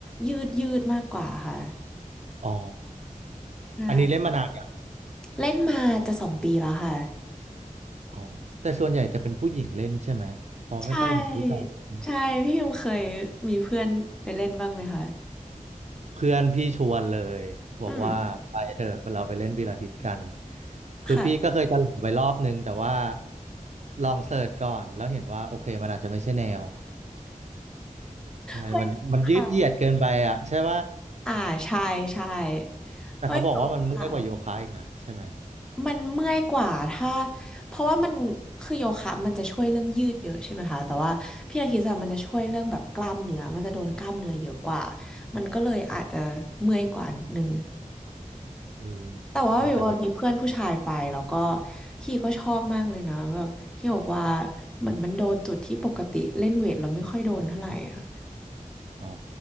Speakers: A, in the centre; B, on the right.
A: ยืดยืดมากกว่าค่ะ
B: อ๋อ
A: ใช่
B: อันนี้เล่นมานานอย่าง
A: เล่นมาจะสองปีแล้วค่ะ
B: อ๋อแต่ส่วนใหญ่จะเป็นผู้หญิงเล่นใช่ไหมเพอไม่ค่อยเห็นผู้ชาย
A: ใช่ ใช่พี่ยงเคยมีเพื่อนไปเล่นบ้างไหมคะ
B: เพื่อนพี่ชวนเลยบอกว่าไปเถอะเราไปเล่นพีลาทิสกัน
A: อืม
B: คือพี่ก็เคยจะหลงไปรอบนึงแต่ว่า
A: ค่ะ
B: ลองเสิร์ชก่อนแล้วเห็นว่าโอเคมันอาจจะไม่ใช่แนวใช่มันมันยืดเหยียดเกินไปอ่ะใช่ป่ะ
A: เฮ้ยค่ะอ่าใช่ ใช่
B: แต่เขาบอกว่ามันเมื่อยกว่าโยคะอีกนะใช่ไหม
A: เฮ้ยจบค่ะ มันเมื่อยกว่าถ้าเพราะว่ามันคือโยคะมันจะช่วยเรื่องยืดเยอะใช่ไหมคะแต่ว่าพิลาทิสอะมันจะช่วยเรื่องแบบกล้ามเนื้อมันจะโดนกล้ามเนื้อเยอะกว่ามันก็เลยอาจจะเมื่อยกว่านิดนึง
B: เออ
A: แต่ว่าวิวว่ามีเพื่อนผู้ชายไปแล้วก็
B: อาจจะแบบ
A: ฮีก็ชอบมากเลยนะแบบฮีบอกว่าเหมือนมันโดนจุดที่ปกติเล่นเวทเราไม่ค่อยโดนเท่าไหร่อะ
B: อ๋อ